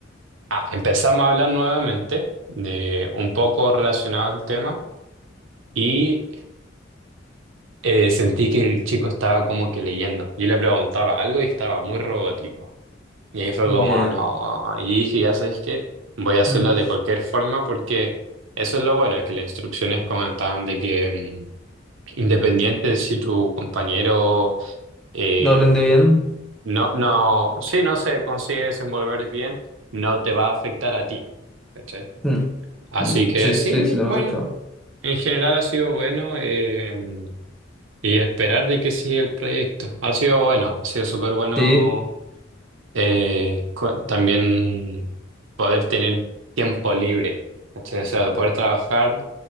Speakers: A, on the right; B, in the centre.
A: ah, empezamos a hablar nuevamente de un poco relacionado al tema. Y Eh, sentí que el chico estaba como que leyendo. Yo le preguntaba algo y estaba muy robótico. Y ahí fue como,
B: Ya.
A: no. Y dije, ya sabes qué, voy a hacerlo
B: mm.
A: de cualquier forma porque eso es lo bueno, que las instrucciones comentaban de que mm, independiente de si tu compañero eh,
B: ¿No rinde bien?
A: no, no, si no se consigue desenvolver bien, no te va a afectar a ti. ¿cachai?
B: Mm,
A: Así
B: mm.
A: que
B: Sí,
A: sí,
B: sí, sí,
A: bueno,
B: lo me gusta.
A: en general ha sido bueno. eh, y esperar de que siga el proyecto. Ha sido bueno, ha sido súper bueno
B: Sí,
A: eh, co- también poder tener tiempo libre, ¿cachai? O sea, poder trabajar